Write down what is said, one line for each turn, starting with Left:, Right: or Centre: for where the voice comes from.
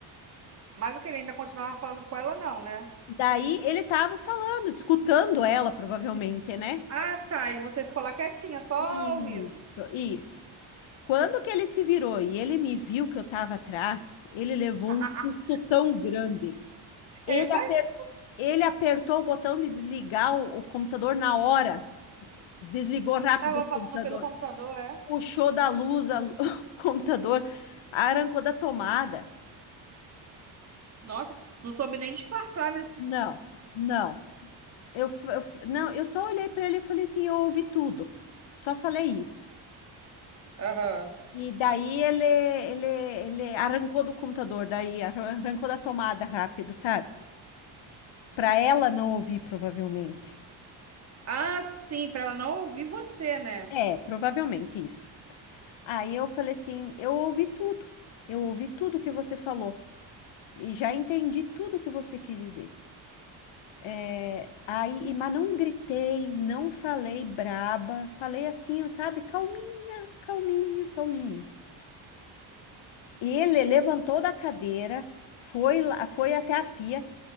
Right: Mas o que ele ainda continuava falando com ela, não, né?
Left: Daí ele estava falando, escutando ela, provavelmente, né?
Right: Ah, tá. E você ficou lá quietinha, só
Left: Isso,
Right: ouvindo.
Left: isso. Quando que ele se virou e ele me viu que eu estava atrás, ele levou
Right: <laughs>
Left: um susto tão grande. Ele
Right: Eu imagino.
Left: Ele apertou o botão de desligar o, o computador na hora. Desligou rápido
Right: Ele tava
Left: o computador.
Right: falando pelo computador, é?
Left: Puxou da luz a- <laughs> o computador. Arrancou da tomada.
Right: Nossa, não soube nem disfarçar, né?
Left: Não, não. Eu, f- eu f- não, eu só olhei para ele e falei assim, eu ouvi tudo. Só falei isso.
Right: Aham.
Left: E daí ele, ele, ele arrancou do computador, daí arran- arrancou da tomada rápido, sabe? Para ela não ouvir, provavelmente.
Right: Ah, sim, pra ela não ouvir você, né?
Left: É, provavelmente isso. Aí eu falei assim: eu ouvi tudo, eu ouvi tudo que você falou e já entendi tudo que você quis dizer. É, aí, e- mas não gritei, não falei braba, falei assim, ó, sabe, calminha, calminha, calminha. Ele levantou da cadeira, foi lá, foi até a pia,